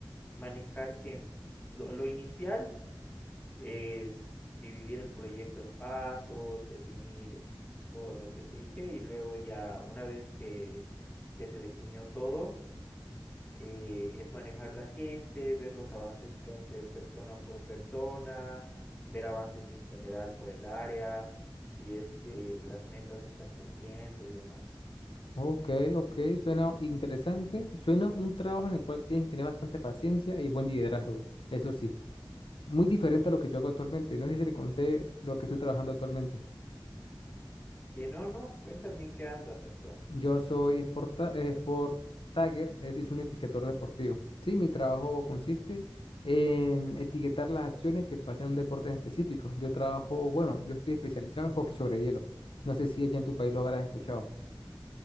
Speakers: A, on the left (about 15°); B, on the left (about 80°).
A: manejar gente. Lo, lo inicial es dividir el proyecto en pasos, definir todo lo que te dije y luego ya una vez que, que se definió todo, eh, es manejar la gente, ver los avances que hace persona por persona, ver avances en general por el área, si es que las metas se están cumpliendo y demás.
B: Ok, ok, suena interesante. Suena un trabajo en el cual tienes que tener bastante paciencia y buen liderazgo, eso sí. Muy diferente a lo que yo hago actualmente. No sé si le conté lo que estoy trabajando actualmente.
A: Eh, no, no, cuéntame en qué andas actual.
B: Yo soy sport, ta- eh, sport tagger, es decir, soy un etiquetador deportivo. Sí, mi trabajo consiste en etiquetar las acciones que pasan en un deporte en específico. Yo trabajo, bueno, yo estoy especializado en hockey sobre hielo. No sé si allá en tu país lo habrás escuchado.